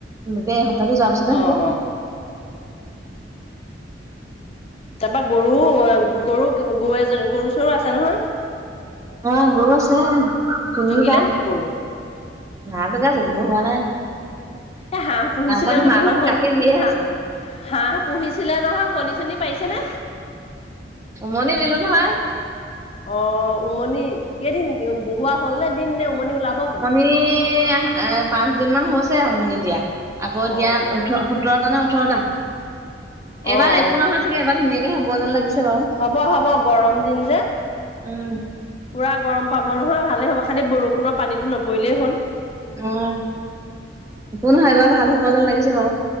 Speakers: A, on the right; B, on the left.
A: গতিকে এই সপ্তাহটো যোৱাৰ পিছতহে
B: অ
A: হ'ব।
B: অ তাৰপৰা গৰু গৰু গৰু এজনী গৰু চৰু আছে নহয়।
A: অ গৰু আছে তিনিটা
B: জগিলে নেকি গৰু
A: নাই জগে জগিব হোৱা নাই।
B: উ এ হাঁহ পুহিছিলে
A: মাকতো
B: বুলি
A: মাকৰ
B: কৈছিলে ন
A: দেখোন
B: কণ
A: গাখীৰ দিয়ে
B: হা।
A: আছে
B: হাঁহ পুহিছিলে নহয় কণী চনী পাৰিছেনে।
A: উমনি দিলোঁ নহয়।
B: অ উমনি কেইদিন বহোৱা হ'ল নে দিন নে উমনি ওলাব হ'ল।
A: কণী এ- পাঁচ দিন মান হৈছে উমনি দিয়া আকৌ
B: অ
A: দিয়া ওঠৰ।
B: অ
A: সোতৰটা নে ওঠৰটা এইবাৰ
B: অ
A: একো
B: অ
A: নহয় চাগে এবাৰ ধুনীয়াকে হ'ব যেন লাগিছে। বাৰু।
B: হ'ব হ'ব গৰম দিন যে।
A: উম
B: পুৰা গৰম পাব নহয় ভালেই হ'ব খালি বৰষুণৰ পানীটো নপৰিলেই হ'ল।
A: উ একো নহয় এইবাৰ ভাল হ'ব যেন লাগিছে বাৰু।